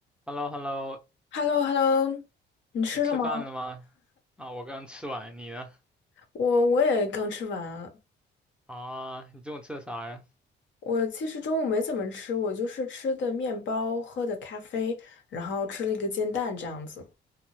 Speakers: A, in the centre; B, on the left.
A: h e l l o h e l l o
B: h e l l o h e l l o 你吃了吗？
A: 你吃饭了吗？啊，我刚吃完，你呢？
B: 我我也刚吃完啊。
A: 啊，你中午吃的啥呀？
B: 我其实中午没怎么吃，我就是吃的面包，喝的咖啡，然后吃了一个煎蛋这样子。